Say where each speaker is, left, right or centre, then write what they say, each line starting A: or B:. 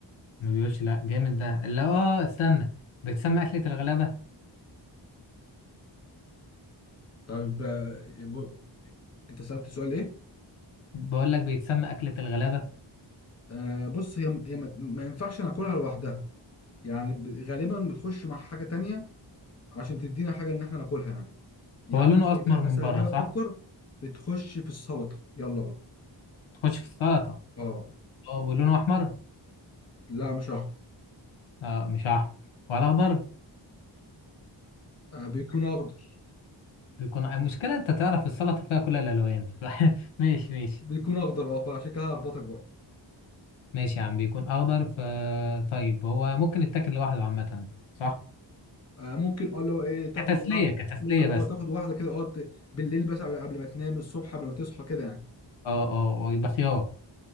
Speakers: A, on the left; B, on the left.
A: ما بيقولش لا جامد ده اللي اه استنى بيتسمى اكله الغلابه
B: طيب آه، ب- انت سألت سؤال ايه
A: بقول لك بيتسمى اكله الغلابه
B: آه بص هي هي ما ما ينفعش ناكلها لوحدها يعني ب- غالبا بتخش مع حاجة تانية عشان تدينا حاجة ان احنا ناكلها يعني يا
A: هو
B: عم
A: لونه
B: سهلها
A: اسمر من
B: اسهلها
A: بره
B: لك
A: صح
B: اكتر بتخش في السلطة يلا بقى
A: تخش في السلطه
B: اه
A: اه ولونه احمر
B: لا مش احمر
A: آه مش احمر ولا اخضر
B: آه بيكون اخضر
A: بيكون المشكلة انت تعرف السلطة فيها كل الألوان <laughs> ماشي ماشي
B: بيكون اخضر اه فعشان كده هخبطك بقى
A: ماشي يا عم بيكون أخضر ف طيب هو ممكن يتاكل لوحده عامة صح؟
B: آه، ممكن اه اللي هو ايه تاخد
A: كتسلية
B: واحد
A: كتسلية
B: ممكن
A: بس
B: اه تاخد واحده كده اه ت- بالليل بس قبل قبل ما تنام الصبح قبل ما تصحى كده يعني
A: اه اه آه، يبقى خيار